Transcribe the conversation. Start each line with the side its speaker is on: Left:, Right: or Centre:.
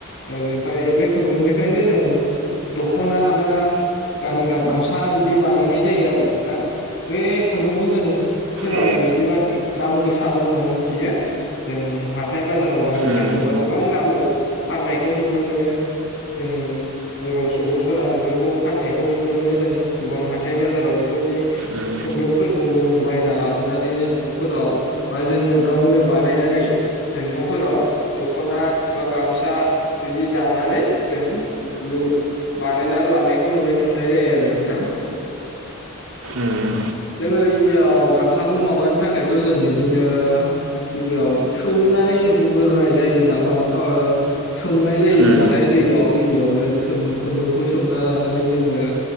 Left: ओ बेनिफाय बे खुन्दुंनिफ्रायनो जों दख'ना बा गानग्रा गामसा बिदि बानायनाय जायो आरो नोंथां बे खुन्दुंखौ जों खोनानाय
Right: औ
Left: बायदिबा दाम गोसाबो होनना मिथियो। जों हाथाय बाजाराव बायनो
Right: उम
Left: थाङोबा गोबां दामाव फाननायखौ नुनो मोनो। जों बर' सुबुंफोरा बेफोरखौ फाननायखौ नुनो मोनो जों गोबां हाथाय बाजाराव बेफोरनि
Right: उम
Left: खुन्दुंफोरखौबो बायना लाबोनानै जों नफोराव बा जोंनो गावनो बानायनानै जों नफोराव दख'ना बा गामसा बिदि दानानै जों लु बानायना लानाय खौ नुनो मोननाय जायो आरो नोंथां
Right: उम
Left: जोङो। बियाव गामसाखौ माबानो थाखायथ' जों बिदिनो गिबियाव सोमनानै रुग्रोनाय जायो नामा ओ सोमनाय जायो
Right: उम
Left: नामाथाय दैयाव गिबियावनो सोम खुन्दुंखौ सोमना लानानै जोङो